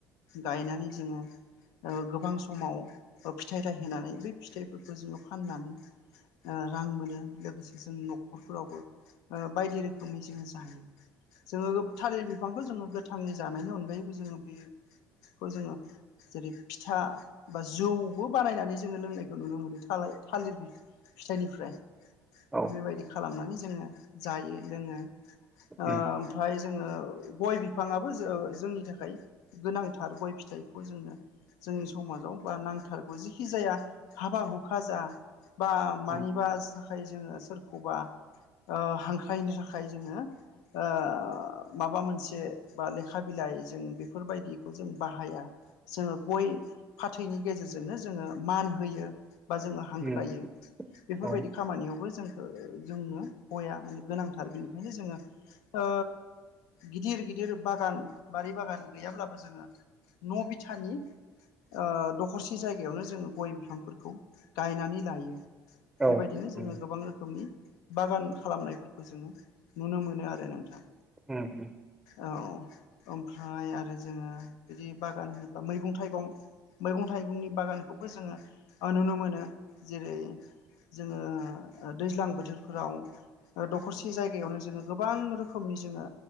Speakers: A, on the left (about 85°); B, in the centre.
A: गायनानै जोङो ओ गोबां समाव फिथाइ थाइ होनानै बै फिथाइफोरखौ जोङो फाननानै ओ रां मोनो लोगोसे जों न'खरफोरावबो ओ बायदि रोखोमै जोङो जायो जोङो थालिर बिफांखौ जोङो गोथाङै जानायनि अनगायैबो जोङो बे खौ जोङो जेरै फिथा बा जौबो बानायनानै जोङो लोंनायखौ नुनो मोनो थालिर फिथाइनिफ्राय
B: औ
A: बेबायदि खालामनानै जों जायो लोङो ओ
B: उम
A: ओमफ्राय जोङो गय बिफाङाबो जोंनि थाखाय गोनांथार गय फिथाइखौ जोंनो जोंनि समाजाव बा नांथारगौ जि खि जाया हाबा हुखा जा बा मानिबा
B: उम
A: थाखाय जोङो सोरखौबा ओ हांख्रायनो थाखाय जोङो ओ माबा मोनसे बा लेखा बिलाइ जों बेफोरबायदिखौ जों बाहाया जोङो गय फाथैनि गेजेरजोंनो जोङो मान होयो बा जोङो हांख्रायो
B: उम
A: बेफोरबायदि
B: औ
A: खामानियावबो जों जोंनो गया माने गोनांथार बेनिखायनो जोङो ओ गिदिर गि दिर बागान बारि बागान गैयाब्लाबो जोङो न' बिथानि आ दखरसि जाय बेयावनो जोङो गय बिफांफोरखौ गायनानै लायो
B: औ
A: बेबायदिनो जोङो
B: उम
A: गोबां रोखोमनि बागान खालामनायफोरखौ जोङो नुनो मोनो आरो नोंथां
B: उम
A: औ ओमफ्राय आरो जोङो बिदि बागान होनोब्ला मैगं थाइगं मैगं थाइगंनि बागानखौबो जोङो नुनो मोनो जेरै जोङो दैज्लां बोथोरफोराव दखरसे जायगायावनो जोङो गोबां रोखोमनि जोङो